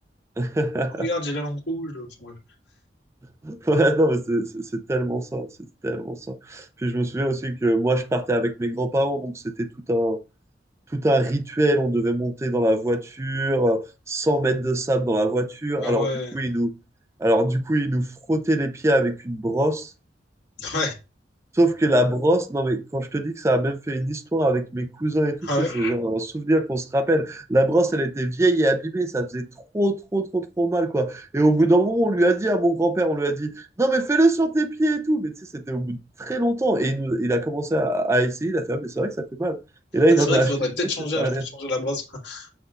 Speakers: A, on the right; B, on the left.
A: non?
B: regarde,
A: <laughs>
B: j'ai la langue rouge. Enfin, bref.
A: <laughs> Ouais, non, mais c'est c'est- c'est tellement ça, c'est tellement ça. Puis je me souviens aussi que moi, je partais avec mes grands-parents, donc c'était tout un, tout un rituel. On devait monter dans la voiture, euh, 100 mètres de sable dans la voiture.
B: Ah
A: Alors
B: ouais,
A: du coup, ils nous, alors, du coup, ils nous frottaient les pieds avec une brosse.
B: <laughs> ouais,
A: Sauf que la brosse, non mais quand je te dis que ça a même fait une histoire avec mes cousins et tout,
B: ah
A: tu
B: ouais.
A: sais, c'est genre un souvenir qu'on se rappelle. La brosse, elle était vieille et abîmée, ça faisait trop, trop, trop, trop mal, quoi. Et au bout d'un moment, on lui a dit à mon grand-père, on lui a dit, non mais fais-le sur tes pieds et tout. Mais tu sais, c'était au bout de très longtemps. Et il, nous- il a commencé à, à essayer, il a fait, ah mais c'est vrai que ça fait mal. Et là,
B: Ah,
A: il
B: C'est
A: en
B: vrai
A: a
B: qu'il
A: acheté
B: faudrait
A: une
B: peut-être
A: autre
B: changer,
A: et ça
B: hein,
A: allait.
B: je pense changer la brosse. <laughs>